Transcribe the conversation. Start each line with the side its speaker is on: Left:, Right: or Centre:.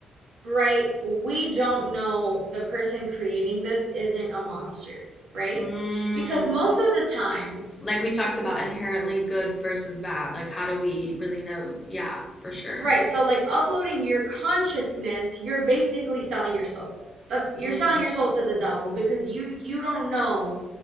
Right: right? We don't know the person creating this isn't a monster, right?
Left: mm.
Right: Because most of the times,
Left: like we talked about inherently good versus bad. Like, how do we really know? Yeah, for sure.
Right: right, so like uploading your consciousness, you're basically selling your soul. That's you're
Left: Mm,
Right: selling your soul to the devil because you you don't know